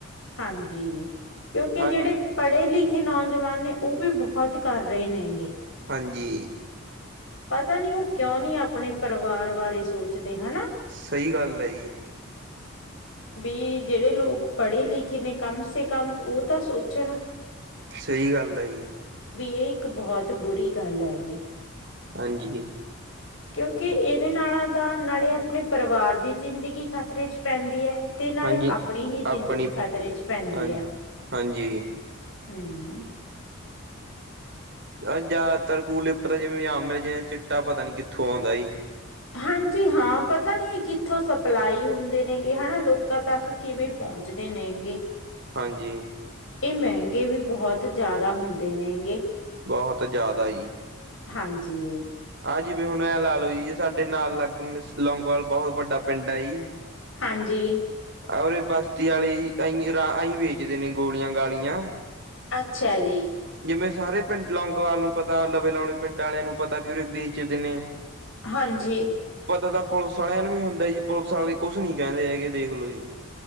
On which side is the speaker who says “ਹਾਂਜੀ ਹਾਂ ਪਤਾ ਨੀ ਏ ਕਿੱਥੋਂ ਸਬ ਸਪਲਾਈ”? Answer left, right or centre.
Left